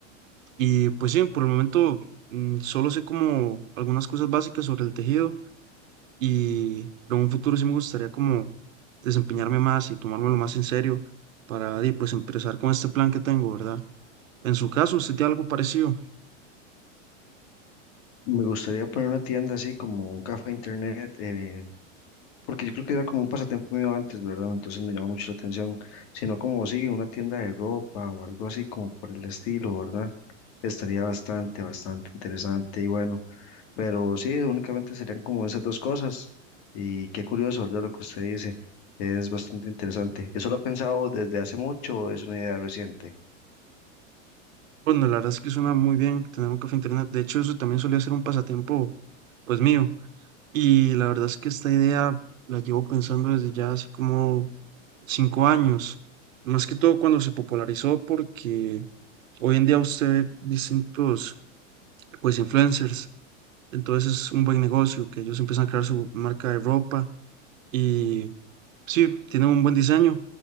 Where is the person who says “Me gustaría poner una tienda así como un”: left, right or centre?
Left